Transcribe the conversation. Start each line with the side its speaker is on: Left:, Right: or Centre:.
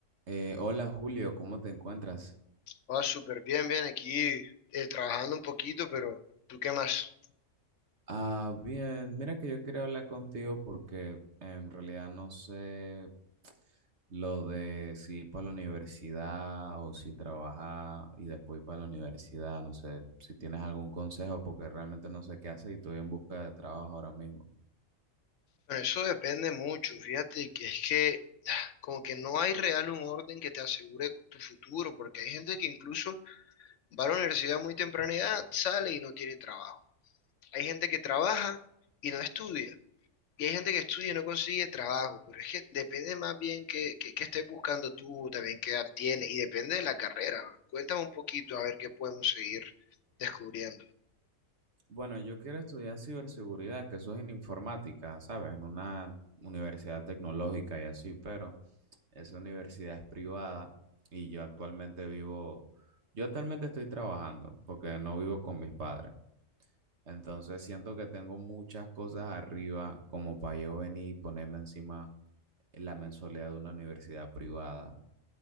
Right: Eh, hola Julio, ¿cómo te encuentras?
Left: Ah, súper bien, bien, aquí eh, trabajando un poquito, pero ¿tú qué más?
Right: Ah, bien, mira que yo quería hablar contigo porque en realidad no sé lo de si ir para la universidad o si trabajar y después ir para la universidad, no sé si tienes algún consejo porque realmente no sé qué hacer y estoy en busca de trabajo ahora mismo.
Left: Bueno, eso depende mucho, fíjate que es que como que no hay real un orden que te asegure cu- tu futuro, porque hay gente que incluso va a la universidad a muy temprana edad, sale y no tiene trabajo. Hay gente que trabaja y no estudia, y hay gente que estudia y no consigue trabajo, pero es que depende más bien que, que, que estés buscando tú, también qué edad tienes, y depende de la carrera. ¿no? Cuéntame un poquito a ver qué podemos seguir descubriendo.
Right: Bueno, yo quiero estudiar ciberseguridad, que eso es en informática, ¿sabes? En una universidad tecnológica y así, pero... Esa universidad es privada y yo actualmente vivo, yo actualmente estoy trabajando porque no vivo con mis padres. Entonces siento que tengo muchas cosas arriba como para yo venir y ponerme encima la mensualidad de una universidad privada.